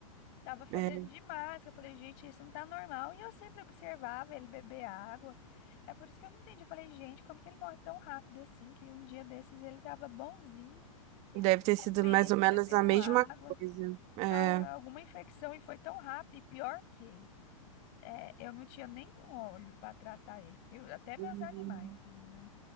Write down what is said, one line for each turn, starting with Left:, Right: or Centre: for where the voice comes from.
Left: tava fedendo
Right: É,
Left: demais. que Eu falei, gente, isso não tá normal. E eu sempre observava ele beber água. É por isso que eu não entendi. Eu falei, gente, como que ele morre tão rápido assim? Que um dia desses ele tava bonzinho,
Right: deve ter
Left: comendo,
Right: sido mais ou menos
Left: bebendo
Right: a mesma
Left: água.
Right: coisa. É,
Left: Ah, Alguma infecção e foi tão rápido. E pior que. É, eu não tinha nenhum óleo para tratar ele, porque eu- até meus
Right: Uhum.
Left: animais, menina,